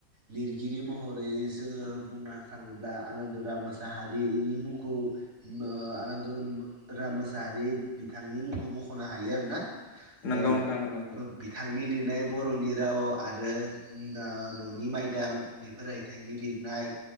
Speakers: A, on the right (about 85°); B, on the left (about 70°).
A: लिरगिरि महरै जोङो बुंनो थाङोब्ला आनन्दराम मोसाहारिनि मुं खौ आनन्द राम मोसाहारि बिथांनि मुंखौ मख'नो हायो आरो ना
B: नंगौ
A: ओ
B: नोंथां नंगौ
A: बि थांनि लिरनाय बर'नि राव आरो ओ न' नि माइदां बेफोर रायथाइनि लिरनाय